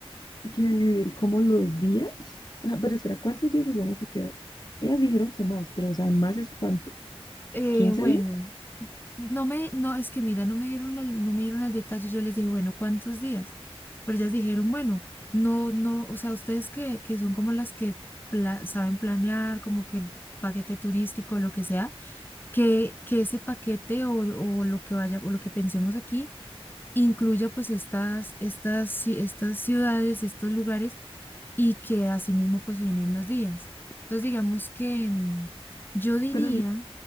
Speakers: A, on the left (about 40°); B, on the left (about 20°).
A: que dividir como los días. Ah, pero espera, ¿cuántos días nos vamos a quedar? Ellas dijeron que más, pero o sea, más es cuánto,
B: Eh,
A: ¿Quince
B: bueno.
A: días?
B: No me, no, es que mira, no me dieron el, no me dieron el detalle. Yo les dije, bueno, ¿cuántos días? Pero ellas dijeron, bueno, no, no, o sea, ustedes que, que son como las que pla- saben planear, como que el paquete turístico, lo que sea, que, que ese paquete o, o lo que vaya, o lo que pensemos aquí, incluya pues estas, estas, ci- estas ciudades, estos lugares, y que asimismo pues se den los días. Entonces, digamos que mm, yo diría,
A: Pero yo,